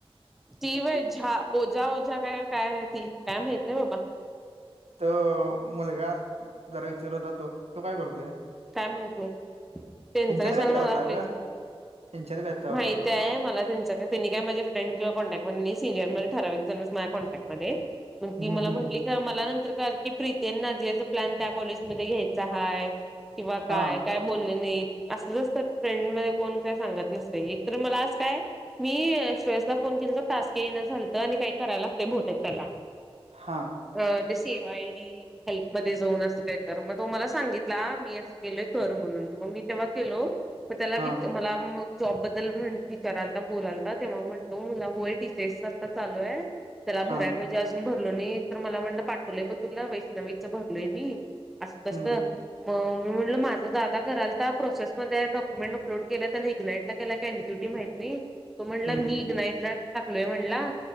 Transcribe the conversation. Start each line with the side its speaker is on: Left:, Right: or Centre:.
Centre: ती व्हयं झा ओझा ओझा काय काय आहे ती काय माहित नाही बाबा.
Right: तो मुलगा जरा विचारला तो. तो काय करतोय
Centre: काय माहित नाही. त्यांच
Right: ह्यांच्याच
Centre: कशाल
Right: बॅचचा
Centre: मला
Right: होता
Centre: पाहिजे.
Right: ग ह्यांच्याच बॅचचा
Centre: माहितय
Right: होता तो
Centre: मला त्यांच कश तेनी काय माझे फ्रेंड किंवा कॉन्टॅक्टमध्ये सिनियर मध्ये, ठरावीक जण माझ्या कॉन्टॅक्टमध्ये ती
Right: हम्म
Centre: मला
Right: हम्म
Centre: म्हटली. मला नंतर कळाल की, प्रीती आणि नाजीयाच प्लॅन त्या कॉलेजमध्ये घ्यायच हाय. किंवा काय,
Right: हा
Centre: काय बोले नाहीत असल असतात. फ्रेंड मध्ये कोण काय सांगत नसते. एक तर मला अस काय, मी श्रेयसला फोन केल तो, टास्क येना झालतं आणि काय करायला लागतय बहुतेक त्याला,
Right: हा.
Centre: ते सेवा आयडी हेल्पमध्ये जाऊन, अस काय तरी मग तो मला. सांगितला मी असं केलोय कर म्हणून, मग मी तेव्हा केलो मग त्याला
Right: हां,
Centre: विच मला मग, जॉबबद्दल म्हण विचारालता बोलालता तेव्हा, म्हणतो मला होय टी सी एस च आता चालूय. त्याला भराय
Right: हां,
Centre: पाहिजे अजून भरलो नाही, तर मला म्हणला पाठवलंय बग तुला वैष्णवीचं भरलोय मी. असं तस,
Right: हं,
Centre: मग म्हटलं माझं दादा करालता, प्रोसेसमध्ये डॉक्युमेंट अपलोड केलंत आणि इग्नाइट. <unintelligible> कॅनक्युटी माहित नाही. तो म्हणला
Right: हं,
Centre: मी इग्नाइटला टाकलोय म्हणला,